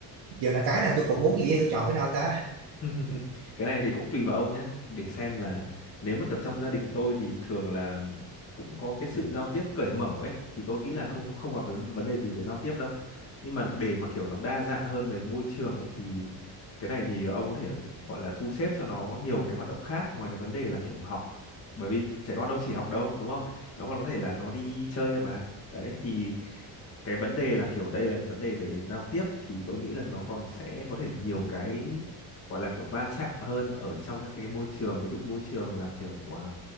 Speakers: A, on the right; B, on the left.
A: giờ là cái nào tôi cũng muốn gì tôi chọn cái nào ta
B: <laughs> cái này thì cũng tùy vào ông nhé để xem là nếu mà kiểu trong gia đình tôi thì thường là cũng có cái sự giao tiếp cởi mở ấy thì tôi nghĩ là không không gặp đến vấn đề gì về giao tiếp đâu nhưng mà để mà kiểu nó đa dạng hơn về môi trường ấy thì cái này thì ông có thể gọi là thu xếp cho nó nhiều cái hoạt động khác ngoài cái vấn đề là kiểu học bởi vì trẻ con đâu chỉ học đâu đúng không nó còn có thể là nó đi chơi mà đấy thì cái vấn đề là kiểu đây là cái vấn đề về giao tiếp thì tôi nghĩ là nó còn sẽ có thể nhiều cái gọi là kiểu va chạm hơn ở trong các cái môi trường ví dụ môi trường là kiểu à,